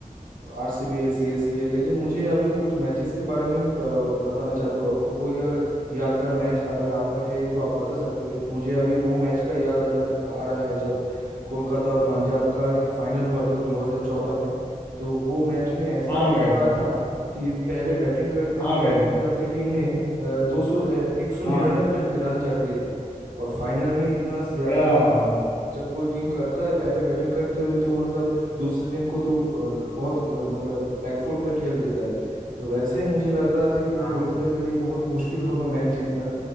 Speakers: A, on the right; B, on the left.
A: आरसीबी है सीएसके लेकिन मुझे अभी कुछ मैचेस के बारे में अ, बताना चाहता हूँ आपको कोई अगर यादगार मैच अगर आपका है तो आप बता सकते हैं मुझे अभी वो मैच का याद आ जा आ रहा है जब कोलकाता और पंजाब का एक फाइनल हुआ था 2014 में तो वो मैच में ऐसा
B: हाँ
A: मूड
B: भाई
A: आया था कि पहले बैटिंग करते हुए
B: हाँ भाई
A: पंजाब की टीम ने दो सौ एक सौ निन्यानवे
B: हाँ
A: रन जड़ दिए थे और फाइनल में इतना ज्यादा
B: या
A: रन
B: हाँ
A: जब कोई टीम करता है पहले बैटिंग करते हुए तो मतलब दूसरी टीम को तो अ, बहुत ग- मतलब बैकफुट में ठेल देता है तो वैसा ही मुझे लग रहा था कि
B: भाई
A: कोलकाता के लिए बहुत मुश्किल होगा मैच जीतना